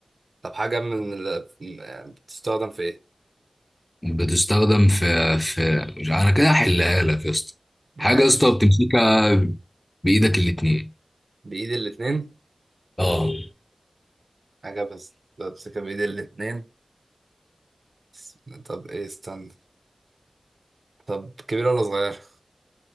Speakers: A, on the right; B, on the left.
A: طب حاجة من ال... من- آه، بتستخدم في إيه؟
B: بتستخدم في في مش أنا كده هحلها لك يا اسطى
A: ماشي
B: حاجة يا اسطى بتمسكها بإيدك الاتنين
A: بإيد الاتنين
B: اه
A: حاجة بس بمسكها بإيد الاتنين بس- طب إيه استنى طب كبيرة ولا صغيرة؟